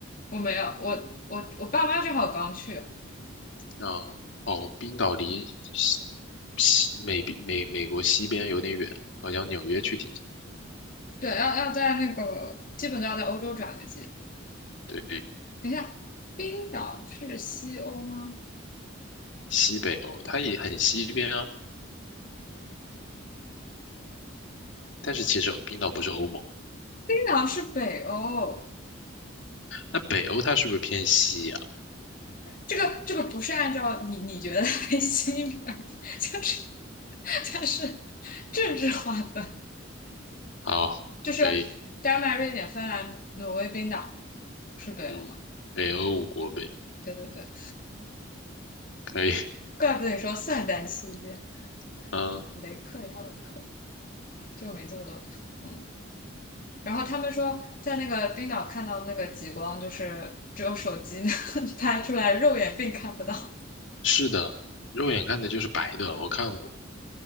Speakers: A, on the left (about 45°); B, on the left (about 65°).
A: 我没有，我我我爸妈正好刚去，
B: 啊、哦，冰岛离西西美美美国西边有点远，好像纽约去挺近。
A: 对，要要在那个基本都要在欧洲转个机。
B: 对，
A: 等一下，冰岛是西欧吗？
B: 西北欧，它也很西边啊，但是其实冰岛不是欧盟，
A: 冰岛是北欧，
B: 那北欧它是不是偏西呀、
A: 这个这个不是按照你你觉得为西边，<laughs> 就是它是政治划分，
B: 好，
A: 就是
B: 可以，
A: 丹麦、瑞典、芬兰、挪威、冰岛是北欧吗？
B: 嗯，北欧五国呗，
A: 对对对，
B: 可以，
A: 怪不得你说散在西边，
B: <laughs> 嗯，
A: 雷克雅未克这个名字我都嗯。然后他们说，在那个冰岛看到那个极光，就是只有手机能 <laughs> 拍出来，肉眼并看不到。
B: 是的，肉眼看的就是白的，我看过。